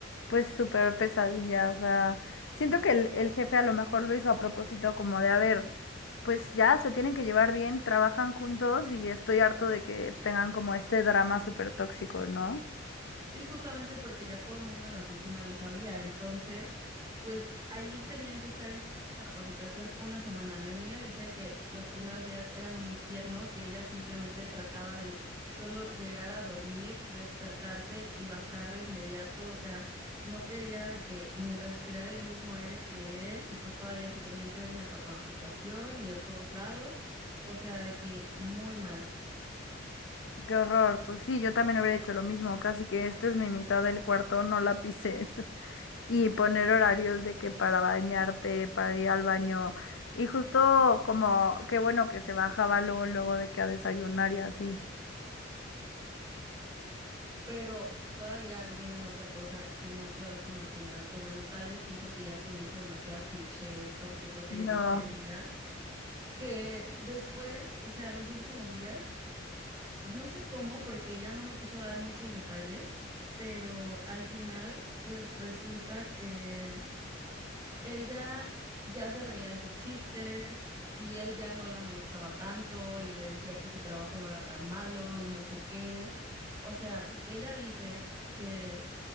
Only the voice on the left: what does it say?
pues súper pesadilla, o sea, siento que el, el jefe a lo mejor lo hizo a propósito como de, haber pues ya se tienen que llevar bien, trabajan juntos y estoy harto de que tengan como este drama súper tóxico, ¿no?
Oh, Qué horror. Pues sí, yo también hubiera hecho lo mismo, casi que esta es mi mitad del cuarto, no la pises. <laughs> Y poner horarios de que para bañarte, para ir al baño. Y justo como, qué bueno que se bajaba luego, luego de que a desayunar y así.
No,